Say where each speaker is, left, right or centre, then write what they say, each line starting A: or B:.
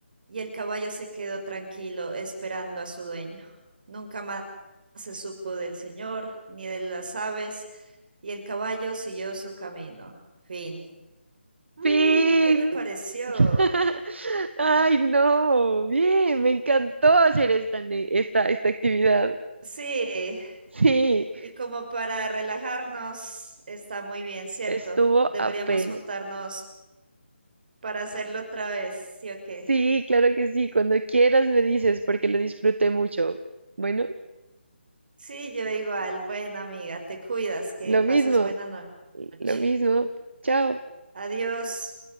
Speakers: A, on the right; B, on the right.
A: y el caballo se quedó tranquilo esperando a su dueño. Nunca más se supo del señor ni de las aves, y el caballo siguió su camino. Fin. Uy,
B: ¡Fin!
A: ¿qué te pareció?
B: <laughs> ¡Ay, no! Bien, me encantó hacer esta, ne- esta, esta actividad.
A: Sí,
B: Sí,
A: y como para relajarnos, está muy bien, ¿cierto?
B: estuvo
A: Deberíamos
B: apenas.
A: juntarnos para hacerlo otra vez, ¿sí o qué?
B: Sí, claro que sí, cuando quieras me dices porque lo disfruté mucho. Bueno,
A: Sí, yo igual. Bueno, amiga, te cuidas, que
B: lo
A: pases
B: mismo,
A: buena no- noche.
B: lo mismo. Chao.
A: Adiós.